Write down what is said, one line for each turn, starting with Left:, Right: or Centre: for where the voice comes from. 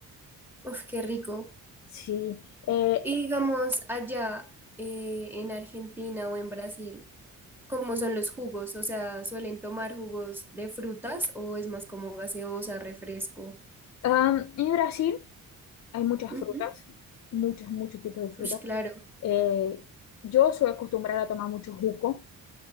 Centre: uf, qué rico.
Left: Sí, eh,
Centre: Y digamos, allá eh, en Argentina o en Brasil, ¿cómo son los jugos? O sea, ¿suelen tomar jugos de frutas o es más como gaseosa, refresco?
Left: am, en Brasil hay muchas
Centre: Ujú.
Left: frutas, muchas, muchos tipos de frutas.
Centre: Ush, claro.
Left: Eh, yo soy acostumbrada a tomar mucho jugo,